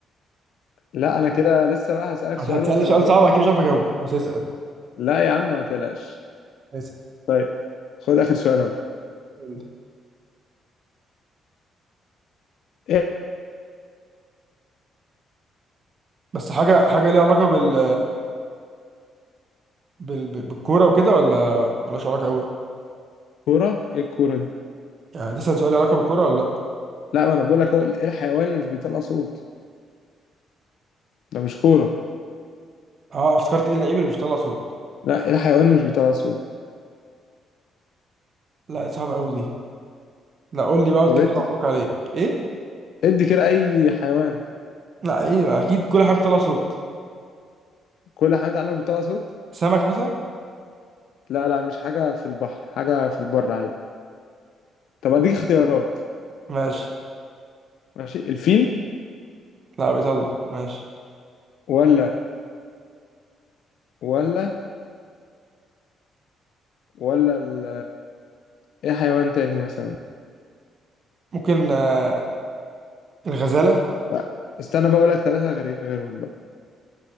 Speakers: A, on the left; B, on the right.
A: لا انا كده لسه بقى هسألك
B: انت
A: سؤال
B: هتسألني
A: وانت
B: سؤال
A: لو جاوبت
B: صعب اكيد مش عارف اجاوبه بس اسأل
A: لا يا عم ما تقلقش
B: اسأل
A: طيب خد اخر سؤال اهو
B: قول لي.
A: ايه
B: بس حاجة حاجة ليها علاقة بال بال بال- بالكورة وكده ولا ملهاش علاقة قوي
A: الكوره ايه الكوره دي
B: يعني تسأل سؤال ليه علاقة بالكورة ولا لا
A: لا ما انا بقول لك هو ايه الحيوان اللي مش بيطلع صوت ده مش كوره
B: اه افتكرت ايه اللعيب اللي مش بيطلع صوت
A: لا ايه الحيوان اللي مش بيطلع صوت
B: لا دي صعبة قوي دي لا قول لي بقى وانت
A: طب إيه؟
B: كده مبروك عليك ايه
A: ادي كده اي حيوان
B: لا ايوه اكيد كل حاجه بتطلع صوت
A: كل الحيوانات عندك بتطلع صوت
B: سمك مثلا
A: لا لا مش حاجه في البحر حاجه في البر عادي طب اديك اختيارات
B: ماشي
A: ماشي الفيل
B: لا بيطلع ماشي
A: ولا ولا ولا ال ايه حيوان تاني مثلا
B: ممكن آه، الغزاله
A: لا، استنى بقى اقول لك ثلاثه غير غيرهم بقى